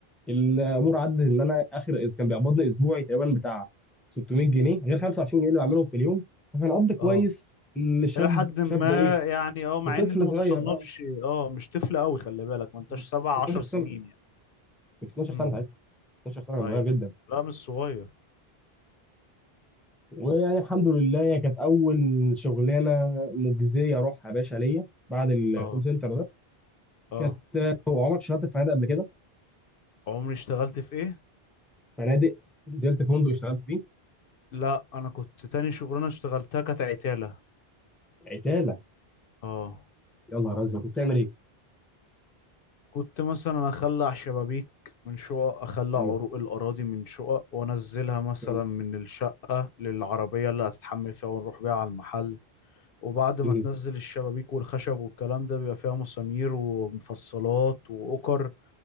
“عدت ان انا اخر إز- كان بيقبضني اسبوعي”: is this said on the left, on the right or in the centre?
Centre